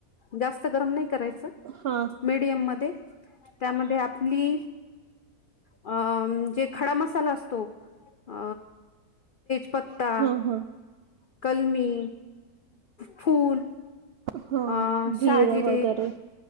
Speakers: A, on the left (about 70°); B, on the right (about 75°).
A: जास्त गरम नाही करायचं
B: हा
A: मीडियम मध्ये त्यामध्ये आपली अ जे खडा मसाला असतो अ पत्ता
B: हा हा
A: कलमी फूल
B: हा
A: अ
B: जिर
A: शहाजिरे
B: वगैरे